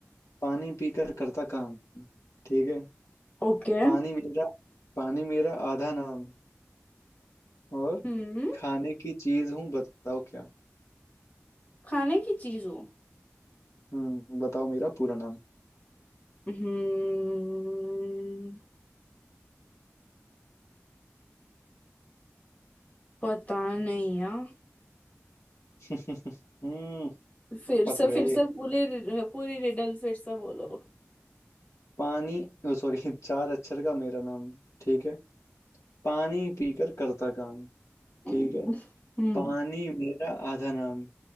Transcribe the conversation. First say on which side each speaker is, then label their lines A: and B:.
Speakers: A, on the left; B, on the left.
A: पानी पीकर करता काम ठीक है
B: ओके
A: पानी मेरा पानी मेरा आधा नाम और
B: हम्म
A: खाने की चीज हूँ बताओ क्या
B: खाने की चीजों
A: हम्म बताओ मेरा पूरा नाम
B: हम्म पता नहीं यार
A: <laughs> हम्म
B: फिर
A: फंस
B: से
A: गए
B: फिर से पूरी पूरी रिडल फिर से बोलो
A: पानी ओ सॉरी <laughs> चार अक्षर का मेरा नाम ठीक है पानी पीकर करता काम
B: हम्म
A: ठीक है पानी मेरा आधा नाम